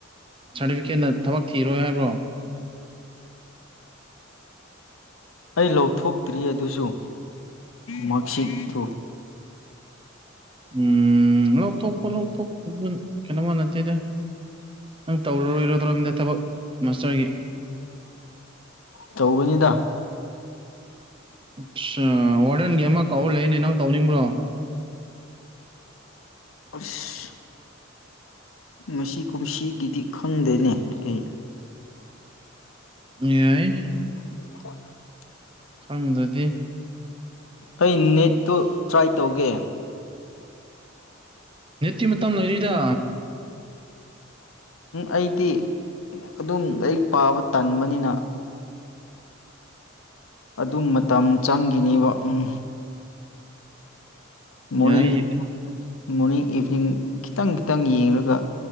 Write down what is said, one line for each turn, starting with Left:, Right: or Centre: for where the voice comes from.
Right: ꯁꯥꯔꯇꯤꯐꯤꯀꯦꯠꯅ ꯊꯕꯛ ꯊꯤꯔꯣꯏ ꯍꯥꯏꯕ꯭ꯔꯣ
Left: ꯑꯩ ꯂꯧꯊꯣꯛꯇ꯭ꯔꯤ ꯑꯗꯨꯁꯨ ꯃꯥꯛꯁꯤꯠꯇꯨ
Right: ꯎꯝ ꯂꯧꯊꯣꯛꯄ ꯂꯧꯊꯣꯛꯇꯥꯕ ꯀꯩꯅꯣꯃ ꯅꯠꯇꯦꯗ ꯅꯪ ꯇꯧꯔꯔꯣꯏꯔꯣꯏ ꯑꯗꯨꯔꯣꯝꯗ ꯊꯕꯛ ꯃꯥꯁꯇꯔꯒꯤ
Left: ꯇꯧꯒꯅꯤꯗ
Right: ꯑꯠꯆꯥ ꯋꯥꯔꯗꯟꯒꯤ ꯑꯃ ꯀꯧ ꯂꯩꯏꯅꯦ ꯅꯪ ꯇꯧꯅꯤꯡꯕ꯭ꯔꯣ
Left: ꯑꯁ ꯉꯁꯤ ꯀꯨꯝꯁꯤꯒꯤꯗꯤ ꯈꯪꯗꯦꯅꯦ ꯑꯩ
Right: ꯌꯥꯏ
Left: <unintelligible>
Right: ꯁꯪꯗꯨꯗꯤ
Left: ꯑꯩ ꯅꯦꯠꯇꯨ ꯇ꯭ꯔꯥꯏ ꯇꯧꯒꯦ
Right: ꯅꯦꯠꯇꯤ ꯃꯇꯝ ꯂꯩꯔꯤꯗ
Left: ꯑꯩꯗꯤ ꯑꯗꯨꯝ ꯂꯥꯏꯔꯤꯛ ꯄꯥꯕ ꯇꯟꯕꯅꯤꯅ ꯑꯗꯨ ꯃꯇꯝ ꯆꯪꯒꯤꯅꯤꯕ ꯎꯝ ꯃꯣꯔꯅꯤꯡ
Right: ꯌꯥꯏ
Left: ꯃꯣꯔꯅꯤꯡ ꯏꯚꯤꯅꯤꯡ ꯈꯤꯇꯪ ꯈꯤꯇꯪ ꯌꯦꯡꯂꯡꯒ